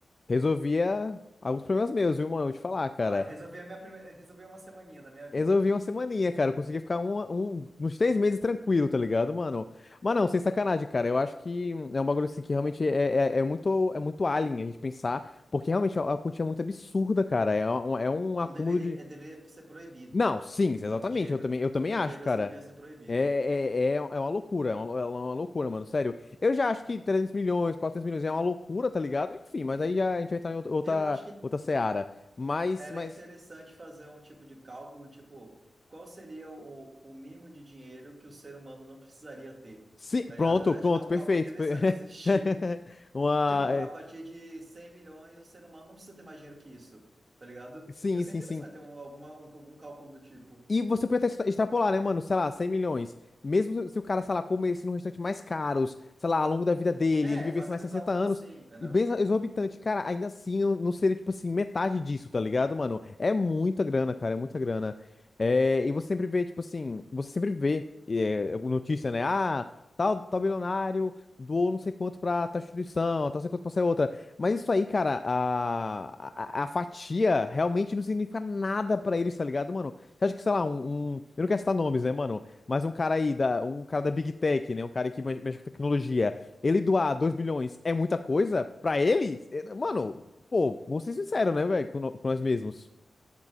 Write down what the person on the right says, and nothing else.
Olha, resolvi a minha primeira, resolvi uma semaninha da minha vida,
viu?
Não
deveria,
é, deveria ser proibido.
tanto dinheiro.
Tanto
dinheiro
assim devia ser proibido.
Eu acho que
era
interessante fazer um tipo de cálculo, tipo, qual seria o, o mínimo de dinheiro que o ser humano não precisaria ter,
tá
ligado? Eu Acho
que é um
cálculo interessante
existir.
<laughs>
Tipo,
a partir de 100 milhões, o ser humano não precisa ter mais dinheiro que isso, tá ligado?
Ia ser
interessante
ter um, alguma, um, algum cálculo do tipo.
É,
fazendo
um cálculo
assim, entendeu?